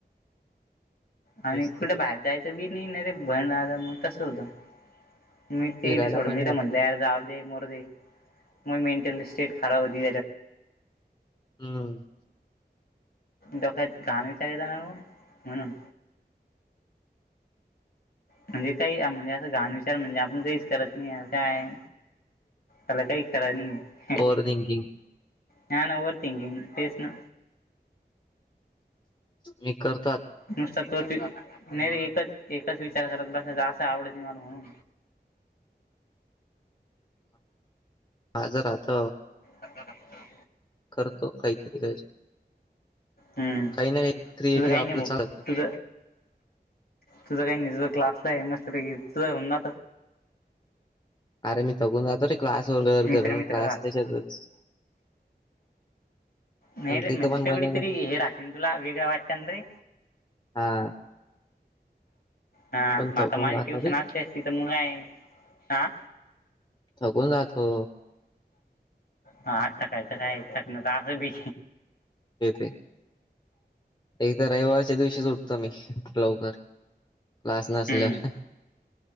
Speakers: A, on the left; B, on the left.
A: आणि
B: तेच
A: कुठे
B: तर
A: बाहेर जायचं बी नाही ना रे भणला मग तसं होतं मी ते
B: फिरायला
A: बी सोडून
B: पण
A: दि र म्हटलंर जा मरू दे मग मेंटल स्टेट खराब होती
B: हम्म
A: डोक्यात घाण विचारले येतात ना ओ म्हणून म्हणजे काही म्हणजे असं घाण विचार म्हणजे आपण काहीच करत नाही काय मला काही करा नाही
B: ओव्हर थिंकिंग
A: नाही ना ओवर थिंकिग तेसन
B: मी कर
A: नुसता तोच नाही रे एकच एकच विचार करत बस असं आवड मला म्हणून
B: माझ आस
A: ह हा ह हा
B: करतो काहीतरी
A: हम्म
B: काही ना काही क्रिएटिव्ह
A: तुझ राहीगे
B: आपलं
A: भाऊतुझ
B: चालत
A: तुझं काही नाही तुझा क्लासला आहे मस्तपैकी तुझं होऊन ना
B: अरे मी थकून न जातो रे क्लास वर
A: मित्र
B: घर
A: मित्र
B: क्लास
A: राहत
B: त्याच्यातच
A: नाही
B: पण तिथं
A: म्हणजे
B: पण
A: तेवढी
B: मजा
A: तरी
B: नाही
A: हे रान तुला वेगळं वाटत ना रे
B: हा
A: हा
B: पण
A: मग
B: थकून
A: आता माझी
B: जातो
A: ट्युशन
B: रे
A: असली असली असती त तर मग आहे हा
B: थकून जातो
A: हा आज थकायचं काय क ना तर असं बी
B: ते ते एक तर रविवारच्या दिवशी उटतो मी लवकर क्लास
A: हम्म
B: नसल्यावर